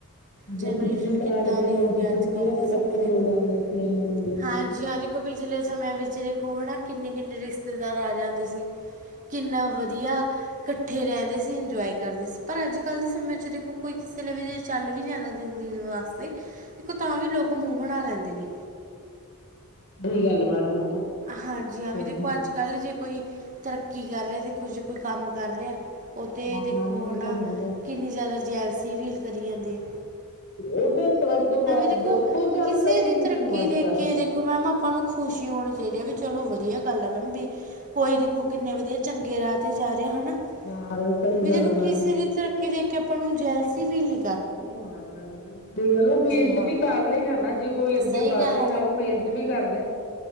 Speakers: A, on the left; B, on the right.
A: ਜੇ
B: ਜਨਰੇਸ਼ਨ
A: ਛੁੱਟੀਆਂ ਪੁਰਾਣੇ
B: ਕਿੱਦਾਂ
A: ਸਮੇਂ
B: ਦੀ ਹੋ
A: ਵਿੱਚ
B: ਗਈ ਅੱਜ-ਕੱਲ੍ਹ
A: ਛੁੱਟੀਆਂ
B: ਦੇ
A: ਚ ਇਕੱਠੇ
B: ਸਮੇਂ ਦੇਖੋ,
A: ਹੋ ਜਾਂਦੇ ਸੀ ਇੰਨੇ ਇੰਨੇ ਜਣੇ।
B: ਹਾਂਜੀ-ਹਾਂਜੀ। ਪਿਛਲੇ ਸਮਿਆਂ ਵਿੱਚ ਦੇਖੋ ਹੈਨਾ ਕਿੰਨੇ-ਕਿੰਨੇ ਰਿਸ਼ਤੇਦਾਰ ਆ ਜਾਂਦੇ ਸੀ। ਕਿੰਨਾ ਵਧੀਆ, ਕੱਠੇ ਰਹਿੰਦੇ ਸੀ ਇੰਜੋਏ ਕਰਦੇ ਸੀ। ਪਰ ਅੱਜ ਕੱਲ੍ਹ ਦੇ ਸਮੇਂ ਚ ਦੇਖੋ ਕੋਈ ਕਿਸੇ ਨੇ ਵੀ ਜੇ ਚੱਲ ਵੀ ਜਾਂਦਾ ਦਿਨ-ਦਿਨ ਵਾਸਤੇ ਦੇਖੋ ਤਾਂ ਵੀ ਲੋਕ ਮੂੰਹ ਬਣਾ ਲੈਂਦੇ ਨੇ।
A: ਬਹੀ ਗਾੱਲ ਏ ਮੈਡਮ ਐ ਤਾਂ
B: ਹਾਂਜੀ, ਹਾਂ
A: ਤੁਹਾਡੀ।
B: ਵੀ ਦੇਖੋ ਅੱਜ ਕੱਲ ਜੇ ਕੋਈ ਤਰੱਕੀ ਕਰ ਰੇਆ, ਦੇਖੋ ਜੇ ਕੋਈ ਕੰਮ ਕਰ ਰੇਆ ਓ ਤੇ
A: ਹਾਂ
B: ਦੇਖੋ
A: ਮੈਡਮ ਇਹ
B: ਹੈਣਾ
A: ਤਾਂ ਹੈਗਾ।
B: ਕਿੰਨੀ ਜਾਦਾ ਜੈਲਸੀ ਫੀਲ ਕਰੀ ਜਾਂਦੀ ਏ।
A: ਓ ਤਾਂ ਸਭ ਤੋਂ ਬਾਦ
B: ਦੇਖੋ
A: ਕੋਈ ਚੱਲਦਾ ਈ
B: ਦੀ
A: ਨੀ ਕਿਸੇ
B: ਤਰੱਕੀ
A: ਨੂੰ ਅੱਜ-ਕੱਲ।
B: ਦੇਖ ਕੇ ਦੇਖੋ ਮੈਮ ਆਪਾਂ ਨੂੰ ਖੁਸ਼ੀ ਹੋਣੀ ਚਾਈਦੀ ਐ ਵੀ ਚਲੋ ਵਦੀਆ ਗੱਲ ਐ ਮੈਮ ਵੀ ਕੋਈ ਦੇਖੋ ਕਿੰਨੇ ਵਧੀਆ ਚੰਗੇ ਰਾ ਤੇ ਜਾ ਰੇਐ ਹਨਾ,
A: ਯਾਰ ਸਹੀ
B: ਵੀ
A: ਗੱਲ
B: ਦੇਖੋ
A: ਆ ਮੈਡਮ।
B: ਕਿਸੇ ਦੀ ਤਰ ਤਰੱਕੀ ਦੇਖਕੇ ਆਪਾਂ ਨੂੰ ਜੈਲਸੀ ਫੀਲ ਨੀ
A: ਕੀ ਹੋਨੈ ਗੱਲ ਦੱਸ। ਸਈ ਗੱਲ ਓ ਮੇਨਤ
B: ਹਾਂ
A: ਵੀ ਕਰ ਰੇ ਹੈ ਨਾ, ਜੇ ਕੋਈ ਅੱਗੇ
B: ਸਹੀ
A: ਵੱਧ
B: ਗੱਲ
A: ਰੇਆ ਹੈ, ਓ ਮੇਨਤ ਵੀ ਕਾਰਦੈ।